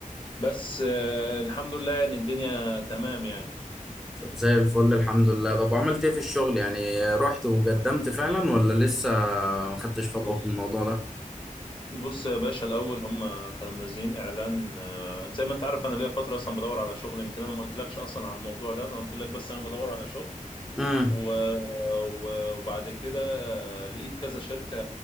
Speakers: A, on the left; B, in the centre.
A: بس آه، الحمد لله يعني الدنيا تمام يعني
B: طب زي الفل الحمد لله طب وعملت ايه في الشغل يعني رحت وقدمت فعلا ولا لسه ما خدتش خطوه
A: بص
B: في الموضوع ده
A: بص يا باشا الاول هم كانوا منزلين اعلان آه، زي ما انت عارف انا ليا فترة اصلا بدور على شغل يمكن انا ما قلتلكش اصلا على الموضوع ده انا قلت لك بس انا بدور على شغل
B: امم
A: و- و- وبعد كده آه، لقيت كذا شركة